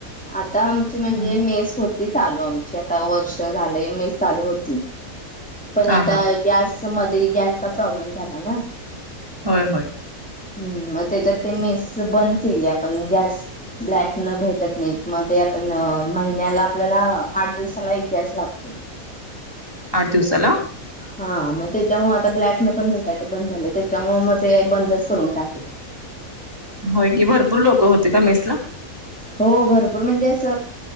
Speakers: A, in the centre; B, on the right (about 15°).
A: आता आमची म्हणजे
B: हम्म,
A: मेस होती चालू आमची वर्ष झालय मेस चालू होती पण
B: हा
A: आता
B: हा
A: गॅस मध्ये गॅसचा प्रॉब्लेम झाला ना
B: होय होय.
A: ह् मग त्याच्यात मेस बंद केली आपण गॅस बॅक न भेटत नाही म आपण महिन्याला आपल्याला आठ दिवसाला एक गॅस लागतोय.
B: आठ दिवसला?
A: हा मग त्याच्यामुळ आता ब्लॅकने पण भेटायच बंद झाल त्याच्यामुळ मग ते बंदच करून टाकल. <inaudible>
B: होय की, भरपूर लोक होते का मेस ला?
A: हो भरपूर म्हणजे अस